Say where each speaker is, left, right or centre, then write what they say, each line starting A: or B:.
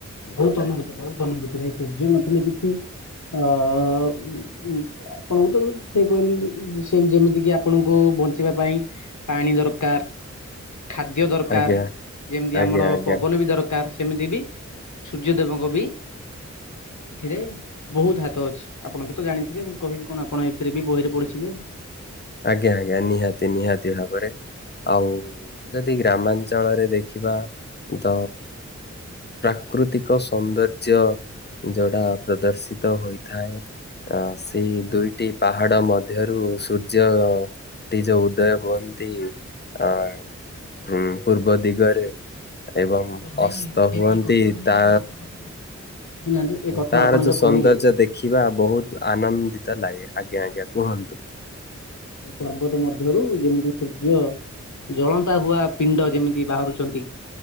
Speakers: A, on the left; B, on the left.
A: ବହୁତ
B: ଯୋଉଟା
A: ଅନୁଭୂତି
B: କି
A: ବହୁତ ଅନୁଭୂତି ଭାଇ ସୂର୍ଯ୍ୟ ନଥିଲେ କିଛି ଅ ଅ ଅ ଆପଣଙ୍କୁ ତ ସେ କହିଲେ ସେ ଯେମିତି କି ଆପଣଙ୍କୁ ବଞ୍ଚିବା ପାଇଁ ପାଣି ଦରକାର।
B: <inaudible>
A: ଖାଦ୍ୟ ଦରକାର
B: ଆଜ୍ଞା
A: ଯେମିତି
B: ଆଜ୍ଞା
A: ଆମର
B: ଆଜ୍ଞା
A: ପବନ ବି ଦରକାର ସେମିତି ବି ସୂର୍ଯ୍ୟଦେବଙ୍କ ବି ଏଥିରେ ବହୁତ ହାତ ଅଛି। ଆପଣ ବି ତ ଜାଣିଥିବେ, ମୁଁ କହିବି କଣ ଆପଣ ଏ ଭିତରେ ବି ବହିରେ ପଢିଥିବେ।
B: ଆଜ୍ଞା ଆଜ୍ଞା। ନିହାତି ନିହାତି ଭାବରେ ଆଉ ଯଦି ଗ୍ରାମାଞ୍ଚଳରେ ଦେଖିବା ତ ପ୍ରାକୃତିକ ସୌନ୍ଦର୍ଯ୍ୟ ଯୋଉଟା ପ୍ରଦର୍ଶିତ ହୋଇଥାଏ ଅ ସେଇ
A: ଆଚ୍ଛା ଆଚ୍ଛା
B: ଦୁଇଟି ପାହାଡ ମଧ୍ୟରୁ ସୂର୍ଯ ର୍ଯ୍ୟ ନିଜ ଉଦୟ ହୁଅନ୍ତି। ଆ
A: ଆଚ୍ଛା
B: ହୁଁ। ପୂର୍ବ ଦିଗରେ ଏବଂ
A: ତ ଭାଇ
B: ଅସ୍ତ
A: ଏ
B: ହୁଅନ୍ତି
A: ଏଇ କଥାକୁ ନେଇକି
B: ତା
A: ମୁଁ ଗୋଟେ କଥା କହୁଥିଲି ଶୁଣୁନାହାନ୍ତି ଏ କଥା
B: ତାର
A: ଆପଣ
B: ଯୋଉ ସୌନ୍ଦର୍ଯ୍ୟ
A: କହିଲେ
B: ଦେଖିବା ବହୁତ ଆନନ୍ଦିତ ଲାଗେ। ଆଜ୍ଞା ଆଜ୍ଞା। କୁହନ୍ତୁ।
A: ପର୍ବତ ମଧ୍ଯ ରୁ ଯେମିତି ସୂର୍ଯ୍ୟ, ଜଳନ୍ତା ହୁଆ ପିଣ୍ଡ ଯେମିତି ବାହାରୁଛନ୍ତି